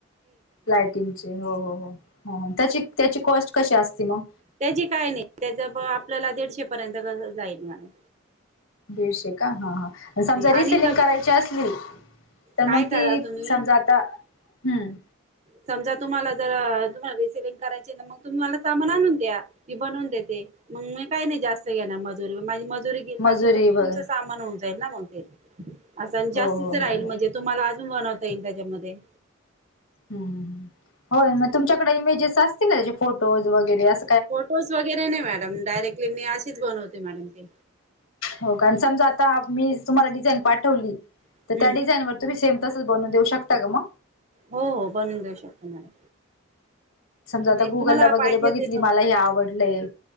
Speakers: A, on the left; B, on the right.
A: लाईटिंगचे हो हो हो हो हो त्याची त्याची कॉस्ट कशी असते मग.
B: त्याची काय नाही. त्याच्याप आपल्याला दीडशे पर्यंत रनर लाईन मारून
A: दिडशेक ह ह ह समजा रिसिलिंग
B: आणि जर
A: करायची असली तर
B: काय
A: मग
B: करा
A: ते
B: तुम्ही
A: समजा आता हम्म
B: समजा तुम्हाला जर तुम्हाला रिसेलिंग करायची ना मग तुम्ही मला सामान आणून द्या. मी बनवून देते. मग मी काही नाही जास्त घेणार मजुरी माझी मजुरी घेईल
A: मजुरी
B: बाकीच मग
A: वगैरे
B: तुमं सामान होऊन जाईल ना मग ते अस आणि
A: हो
B: जास्तीच
A: हो हो
B: राहील
A: हो
B: म्हणजे तुम्हाला बनवता येईल त्याच्यमध्ये
A: हम्म हम्म हम्म हो मग तुमच्याकडे इमेजेस असतील ना त्याचे फोटोज वगैरे असत
B: फोटोज वगैरे नाही मॅडम डायरेक्टली मी अशीच बनवते. मॅडम ते
A: हो का आणि समजा आता मीच तुम्हाला डिझाईन पाठवली
B: हम्म
A: तर त्या डिझाईनर तुम्ही सेम तस बनु देऊ शकता ग मग
B: हो हो बनवून देऊ शकतो मॅडम.
A: समजा
B: तुम्ही
A: आता गुगलला
B: तुम्हाला
A: वगैरे
B: पाहिजे
A: बघितली
B: ते पण
A: मला हे आवडलय.